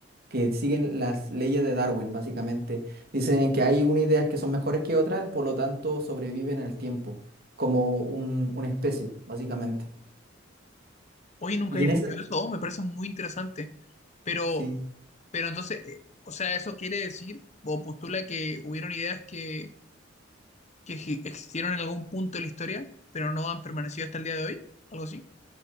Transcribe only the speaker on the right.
que siguen las leyes de Darwin, básicamente. Dicen que hay unas ideas que son mejores que otras, por lo tanto sobreviven en el tiempo, como un- una especie, básicamente.
Y
en
ese,
sí.